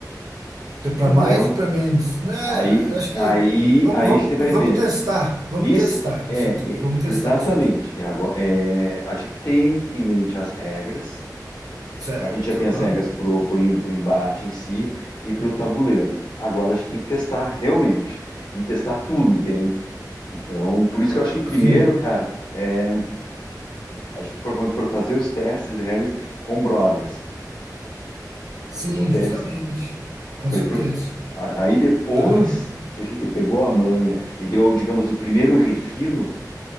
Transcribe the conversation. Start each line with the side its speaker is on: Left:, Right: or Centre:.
Right: Então,
Left: entendeu?
Right: para mais ou para menos? Né?
Left: Aí,
Right: Acho que
Left: aí,
Right: vamos,
Left: aí
Right: vamos,
Left: a gente vai
Right: vamos
Left: ver.
Right: testar. Vamos
Left: Isso
Right: testar
Left: é,
Right: isso tudo. Vamos
Left: é,
Right: testar
Left: exatamente.
Right: isso tudo.
Left: E agora, é, a gente tem em mente as regras.
Right: Certo.
Left: A gente já tem
Right: Aham.
Left: as regras para o embate em si e para o tabuleiro. Agora a gente tem que testar realmente e testar tudo, entende? Então, por isso que eu acho que primeiro,
Right: Sim.
Left: cara, é, A gente for, quando for fazer os testes de regras com brothers,
Right: Sim,
Left: entendeu? Até
Right: justamente.
Left: eles.
Right: Com certeza.
Left: Porque, aí depois
Right: Aham.
Left: que a gente pegou a manha e deu, digamos, o primeiro refino,